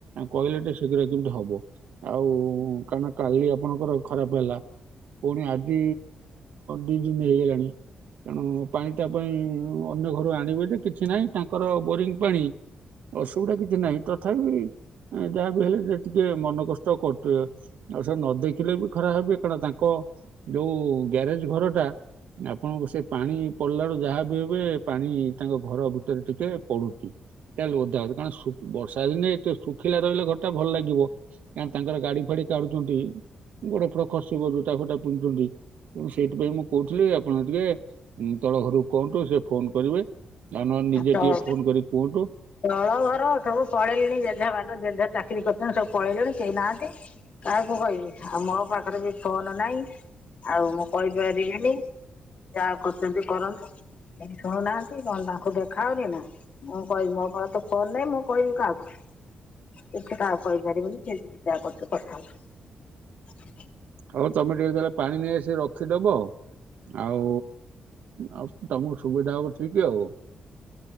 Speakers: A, on the right; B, on the left.
A: କହିଲେ ଟିକେ ଶୀଘ୍ର କେମିତି ହବ ଆଉ କାହିଁକି ନା କାଲି ଆପଣଙ୍କର ଖରାପ ହେଲା। ପୁଣି ଆଜି ଦି ଦିନ ହେଇଗଲାଣି। ତେଣୁ ପାଣି ତା ପାଇଁ ଅନ୍ୟ ଘରୁ ଆଣିବେ ଯେ କିଛି ନାହିଁ ତାଙ୍କର ବୋରିଂ ପାଣି। ଅସୁବିଧା କିଛି ନାହିଁ ତଥାପି ଯାହା ବିି ହେଲେ ସେ ଟିକେ ମନ କଷ୍ଟ କରୁଥିବେ। ଆଉ ସବୁ ନ ଦେଖିଲେ ବି ଖରା ହବ କାରଣ ତାଙ୍କ ଯୋଉ ଗ୍ୟାରେଜ ଘର ଟା। ଆପଣଙ୍କ ସେ ପାଣି ପଡିଲା ବଳୁ ଯାହା ବି ହେବେ ପାଣି ତାଙ୍କ ଘର ଭ ରେ ଟିକେ ପଡୁଛି। ଖାଲି ଓଦା ହୋଉଚି କାରଣ ବର୍ଷା ଦିନେ ଏ ଶୁଖିଲା ରହିଲେ ଘରଟା ଭଲ ଲାଗିବ। କା ତାଙ୍କର ଗାଡି ଫାଡି କାଢୁଛନ୍ତି ଗୋଡ ଫଡ ଖସିବ ଜୋତା ଫୋତା ପିନ୍ଧୁଛନ୍ତି। ତେଣୁ ସେଇଥିପାଇଁ ମୁଁ କହୁଥିଲି ଆପଣ ଟିକେ ତଳ ଘରକୁ କୁହନ୍ତୁ ସେ ଫୋନ କରିବେ ଆ ନହଲେ ନିଜେ
B: ତଳ
A: ଟିକେ ଫୋନ କରିକି କୁହନ୍ତୁ।
B: ତଳ ଘର ସବୁ ପଳେଇଲିଣି ଜେଝେ ବାଦ ଜେଯାହା ଚାକିରି କରି କି ସବୁ ପଳେଇଲେଣି କେହି ନାହାନ୍ତି। କାହାକୁ କହିବି ଆଉ ମୋ ପାଖରେ ବି ଫୋନ ନାଇଁ। ଆଉ ମୁଁ କହିପାରିବିନି ଯାହା କରୁଛନ୍ତି କରନ୍ତୁ। ଏ ଶୁଣୁନାହାନ୍ତି କଣ ତାଙ୍କୁ ଦେଖ ହାଉନି ନା ମୁଁ କହିବି ମୋ ମୋର ତ ଫୋନ ନାହିଁ ମୁଁ କହିବି କାହାକୁ? ତ ତାହାକୁ କହିପାରିବନି ସେ ଯାହା କରୁଥାନ୍ତୁ।
A: ହଉ ତମେ ଟିକେ ତାହଲେ ପାଣି ନେଇ ଆସିିକ ରଖିଦବ। ଆଉ ଆଉ ତମକୁ ସୁବିଧା ହବ ଠିକ୍ ଆଉ।